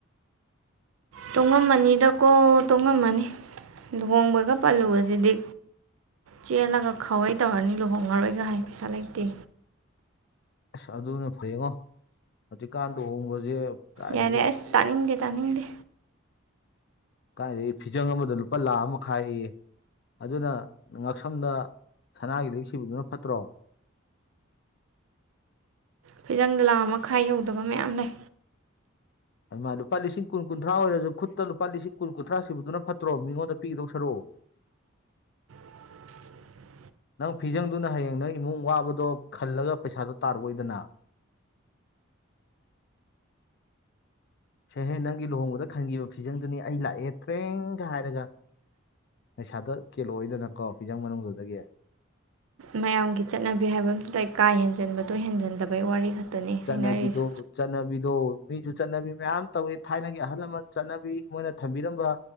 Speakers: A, on the right; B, on the left.
A: ꯇꯨꯡꯉꯝꯃꯅꯤꯗꯀꯣ ꯇꯨꯡꯉꯝꯃꯅꯤ ꯂꯨꯍꯣꯡꯕꯒ ꯄꯜꯂꯨꯕꯁꯤꯗꯤ ꯆꯦꯜꯂꯒ ꯈꯥꯎꯋꯩ ꯇꯧꯔꯅꯤ ꯂꯨꯍꯣꯡꯉꯔꯣꯏꯒ ꯍꯥꯏ ꯄꯩꯁꯥ ꯂꯩꯇꯦ
B: ꯑꯁ ꯑꯗꯨꯅ ꯐꯌꯦꯡꯉꯣ ꯍꯧꯖꯤꯛꯀꯥꯟ ꯂꯨꯍꯣꯡꯕꯁꯦ ꯀꯥꯏꯗꯒꯤ
A: ꯌꯥꯔꯦ ꯑꯁ ꯇꯥꯅꯤꯡꯗꯦ ꯇꯥꯅꯤꯡꯗꯦ
B: ꯀꯥꯏꯗꯩ ꯐꯤꯖꯪ ꯑꯃꯗ ꯂꯨꯄꯥ ꯂꯥꯛ ꯑꯃ ꯃꯈꯥꯏ ꯑꯌꯦ ꯑꯗꯨꯅ ꯉꯛꯁꯝꯗ ꯁꯅꯥꯒꯤ ꯂꯤꯛ ꯁꯤꯕꯗꯨꯅ ꯐꯠꯇ꯭ꯔꯣ
A: ꯐꯤꯖꯪꯗ ꯂꯥꯛ ꯑꯃ ꯃꯈꯥꯏ ꯌꯧꯗꯕ ꯃꯌꯥꯝ ꯂꯩ
B: ꯍꯩꯃꯥ ꯂꯨꯄꯥ ꯂꯤꯁꯤꯡ ꯀꯨꯟ ꯀꯨꯟꯊ꯭ꯔꯥ ꯑꯣꯏꯔꯁꯨ ꯈꯨꯠꯇ ꯂꯨꯄꯥ ꯂꯤꯁꯤꯡ ꯀꯨꯟ ꯀꯨꯟꯊ꯭ꯔꯥ ꯁꯨꯕꯗꯨꯅ ꯐꯠꯇ꯭ꯔꯣ ꯃꯤꯉꯣꯟꯗ ꯄꯤꯒꯤꯗꯧ ꯁꯔꯨꯛ
A: <inaudible>
B: ꯅꯪ ꯐꯤꯖꯪꯗꯨꯅ ꯍꯌꯦꯡ ꯅꯪ ꯏꯃꯨꯡ ꯋꯥꯕꯗꯣ ꯈꯜꯂꯒ ꯄꯩꯁꯥꯗꯣ ꯇꯥꯔꯛꯑꯣꯏꯗꯅ ꯁꯦꯍꯦ ꯅꯪꯒꯤ ꯂꯨꯍꯣꯡꯕꯗ ꯈꯟꯈꯤꯕ ꯐꯤꯖꯪꯗꯨꯅꯤ ꯑꯩ ꯂꯥꯛꯑꯦ ꯇ꯭ꯔꯦꯡꯒ ꯍꯥꯏꯔꯒ ꯄꯩꯁꯥꯗꯨ ꯀꯦꯜꯂꯛꯑꯣꯏꯗꯅ ꯀꯣ ꯐꯤꯖꯪ ꯃꯅꯨꯡꯗꯨꯗꯒꯤ
A: ꯃꯌꯥꯝꯒꯤ ꯆꯠꯅꯕꯤ ꯍꯥꯏꯕ ꯑꯃꯁꯨ ꯂꯩ ꯀꯥ ꯍꯦꯟꯖꯟꯕꯗꯣ ꯍꯦꯟꯖꯟꯗꯕꯩ ꯋꯥꯔꯤ ꯈꯛꯇꯅꯤ
B: ꯆꯠꯅꯕꯤꯗꯣ
A: ꯍꯥꯏꯅꯔꯤꯁꯦ
B: ꯆꯠꯅꯕꯤꯗꯣ ꯃꯤꯁꯨ ꯆꯠꯅꯕꯤ ꯃꯌꯥꯝ ꯇꯧꯋꯤ ꯊꯥꯏꯅꯒꯤ ꯑꯍꯜ ꯂꯃꯟ ꯆꯠꯅꯕꯤ ꯃꯣꯏꯅ ꯊꯝꯕꯤꯔꯝꯕ